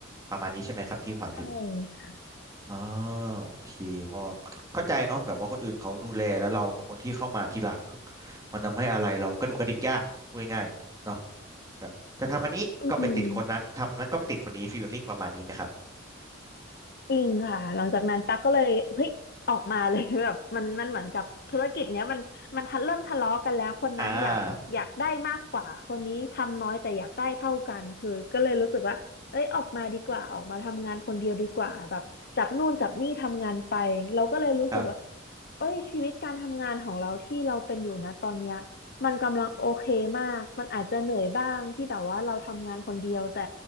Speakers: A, on the right; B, on the left.
A: ประมาณนี้ใช่ไหมครับที่หมายถึง
B: ใช่ค่ะ
A: อ่าโอเคพอเข้าใจเนาะแบบว่าคนอื่นเขาดูแลแล้วเราเป็นคนที่เข้ามาทีหลังมันทำให้อะไรเรากระดุกกระดิกยากพูดง่ายๆเนาะแบบจะทำอันนี้ก็ไปติดคนนั้นทำนั้นก็ไปติดคนนี้ฟีลลิ่งประมาณนี้ไหมครับ
B: อืม จริงค่ะหลังจากนั้นตั๊กก็เลยเฮ้ยออกมาเลย <laughs> แบบมันมันเหมือนกับธุรกิจเนี้ยมันมันทันเริ่มทะเลาะกันแล้วคนนั้นอยากอยากได้มากกว่าคนนี้ทำน้อยแต่อยากได้เท่ากันคือก็เลยรู้สึกว่าเอ้ยออกมาดีกว่าออกมาทำงานคนเดียวดีกว่าแบบจับนู่นจับนี่ทำงานไปเราก็เลยรู้สึกว่า
A: อ่าครับ
B: เอ้ยชีวิตการทำงานของเราที่เราเป็นอยู่นะตอนเนี้ยมันกำลังโอเคมากมันอาจจะเหนื่อยบ้างที่แบบว่าเราทำงานคนเดียวแต่